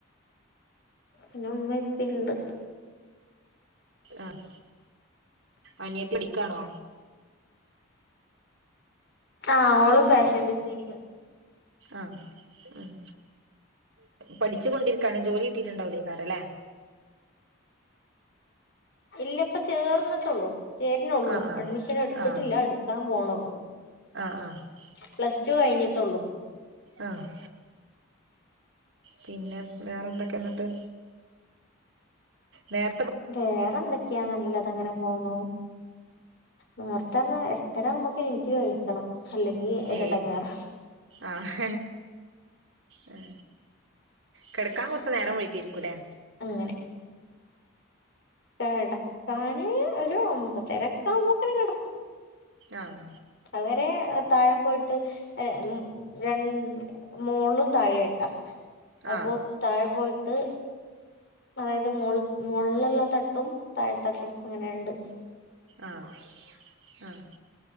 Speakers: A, on the left; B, on the right.
A: പിന്നെ ഉമ്മ ഇപ്പണ്ട്
B: ആഹ് അനിയത്തി പഠിക്കാണോ
A: ആഹ് ഓള് ഫാഷൻ ഡിസൈനിങ്
B: ആഹാ ഉം പഠിച്ചു കൊണ്ടിരിക്കാണ് ജോലി കിട്ടിട്ടുണ്ടാവില്ലേക്കാരല്ലേ
A: ഇല്ല ഇപ്പ ചേർന്നിട്ടുള്ളൂ ചേരുന്നേള്ളൂ
B: ആഹ് ആഹ്
A: അഡ്മിഷൻ എടുത്തിട്ടില്ല
B: ആഹ്
A: എടുക്കാൻ പോണള്ളൂ.
B: ആഹ് ആഹ്
A: പ്ലസ് ടു കഴിഞ്ഞിട്ടൊള്ളൂ.
B: ആഹ് പിന്നെ വേറെന്തൊക്കെന്നിട്ട് നേര
A: വേറെ എന്തൊക്കെയാ നല്ലതങ്ങനെ ആന്നോ നേർത്തെറഞ്ഞ എട്ടര ആവുമ്പക്കു എനിക്ക് കഴി ക്കണം അല്ലെങ്കിൽ ഒരെടങ്ങേറ
B: ഏഹ് ആഹ് എ കെടക്കാൻ കൊറച്ച്‌ നേരം വൈകിയാരിക്കുംല്ലേ
A: അങ്ങനെ. കെടക്കാന് ഒരു ഒമ്പതരക്കാവുമ്പത്തേന് കെടക്കും.
B: ആഹ്
A: അതുവരെ താഴെ പോയിട്ട് എ രണ്ട് മോളിലും താഴേയായിട്ടാ അപ്പൊ
B: ആഹ്
A: താഴെ പോയിട്ട് അതായത് മോൾ മോളിലൊള്ള തട്ടും താഴെത്തട്ടും അങ്ങനെയൊണ്ട്.
B: ആഹ് ആഹ്